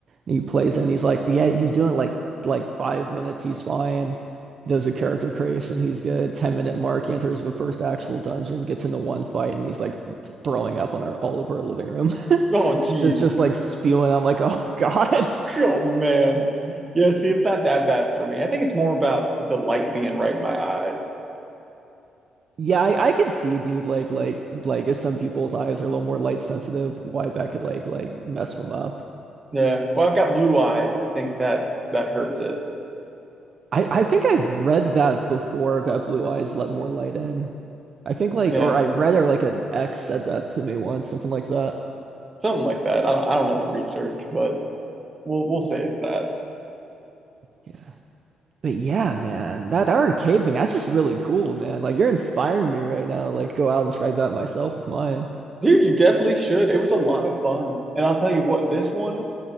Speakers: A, on the right; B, on the right.
A: And he plays it and he's like, Yeah, he's doing like like five minutes, he's fine. He does the character creation, he's good. Ten minute mark, he enters the first actual dungeon, gets into one fight, and he's like throwing up on our all over our living room. <laughs>
B: Oh, jeez.
A: Just just like spewing. I'm like, oh God. <laughs>
B: Oh man. Yeah. See, it's not that bad for me. I think it's more about the light being right in my eyes.
A: Yeah, I, I could see, dude, like like like if some people's eyes are a little more light sensitive, why that could like like mess them up.
B: Yeah. Well, I've got blue eyes. I think that that hurts it.
A: I I think I've read that before that blue eyes let more light in. I think like
B: Yeah.
A: or I read it or like an ex said that to me once, something like that.
B: Something like that. I don't. I don't know the research, but we'll we'll say it's that.
A: Yeah. But yeah, man, that, that arcade thing, that's just really cool, man. Like you're inspiring me right now. Like go out and try that myself with mine.
B: Dude, you definitely should. It was a lot of fun. And I'll tell you what, this one.